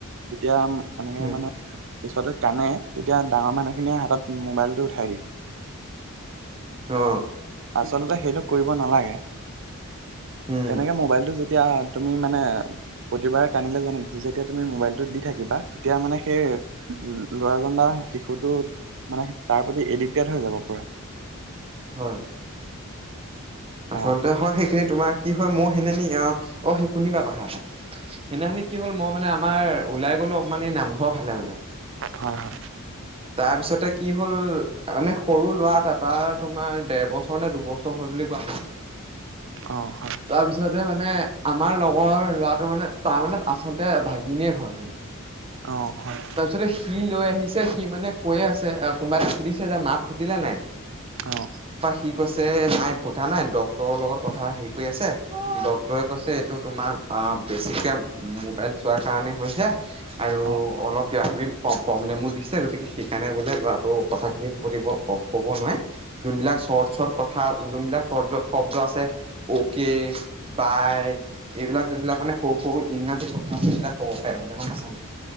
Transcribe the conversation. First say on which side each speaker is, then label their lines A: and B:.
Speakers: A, on the right; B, on the right.
A: তেতিয়া এনেকে
B: উম
A: মানে কেঁচুৱাতে কানে। তেতিয়া ডাঙৰ মানুহখিনিয়ে হাতত মোবাইলটো উঠাই দিয়ে।
B: অ
A: আচলতে সেইটো কৰিব নালাগে
B: উম
A: তেনেকে মোবাইলটো তেতিয়া তুমি মানে প্ৰতিবাৰে কান্দিলে যে যেতিয়া তুমি মোবাইলটো দি থাকিবা তেতিয়া মানে সেই উ ল'ৰা বা শিশুটো মানে তাৰ প্ৰতি এদিক্টেদ হৈ যাব পোৰা।
B: হয় আচলতে
A: অ
B: হয়ঁ সেইখিনি তোমাৰ- কি হয় মই সেইদিনা অ অ সেই শুনিবা কথা এটা সেইনাখিনি কি হ'ল মই মানে আমাৰ ওলাই গলো অকমান এই নামঘৰ ফালে মানে
A: হয় হয়
B: তাৰ পিছতে কি হ'ল মানে সৰু ল'ৰা এটা তাৰ তোমাৰ দেৰ বছৰ নে দুবছৰ হ'ল বুলি কোৱা
A: অ হয়
B: তাৰপিছতে মানে আমাৰ লগৰ ল'ৰাটোৰ মানে, তাৰ মানে আচলতে ভাগিনীয়েক হয় মানে।
A: অ হয়
B: তাৰপিছতে সি লৈ আহিছ সি মানে কৈয়ে আছে কোনোবাটো সুধিছে যে মাত ফুটিলে নাই?
A: অ'।
B: কি কৈছে নাই ফুঠা নাই। ডক্টৰৰ লগত কথা হেৰি কৰি আছে ডক্টৰে কৈছে এইটো তোমাৰ বেছিকৈ মোবাইল চোৱাৰ কাৰণে হৈছে আৰু
A: অ
B: অলপ কিবা কিবি প্ৰব্লেমো দিছে গতিকে সেইকাৰণে বোলে ল'ৰাটো কথাখিনি প ক'ব নোৱাৰি যোনবিলাক চৰ্ট চৰ্ট কথা যোনবিলাক শব্দ আছে অক বাই এইবিলাক যোনবিলাক মানে সৰু সৰু ইংৰা ক আছে সেইবিলাক কব পাৰে গম পাইছা নেকি